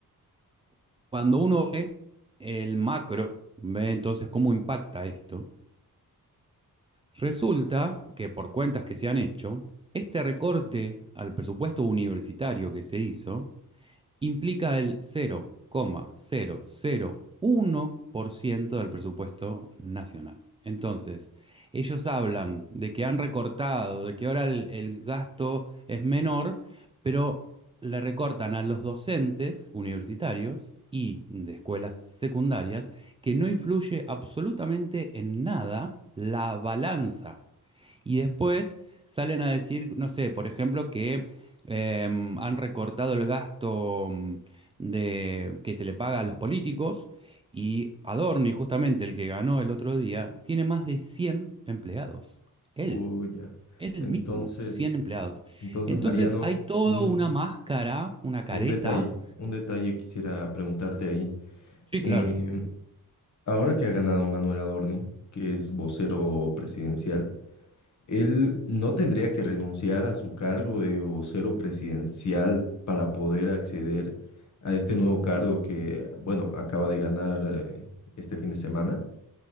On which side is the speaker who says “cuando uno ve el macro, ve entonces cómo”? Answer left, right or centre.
Right